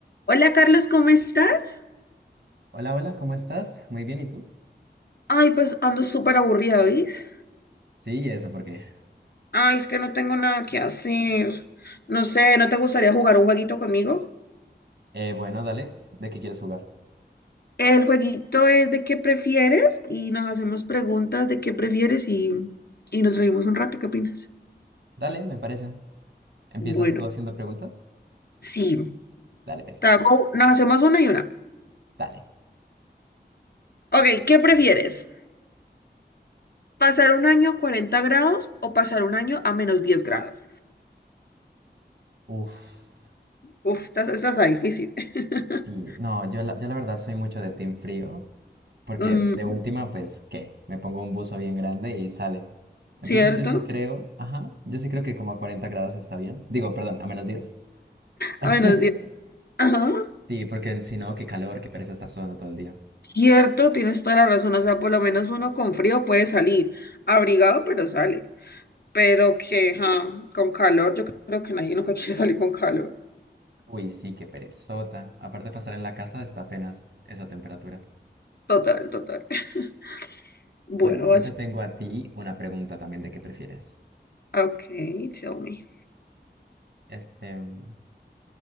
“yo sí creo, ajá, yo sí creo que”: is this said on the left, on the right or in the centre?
Right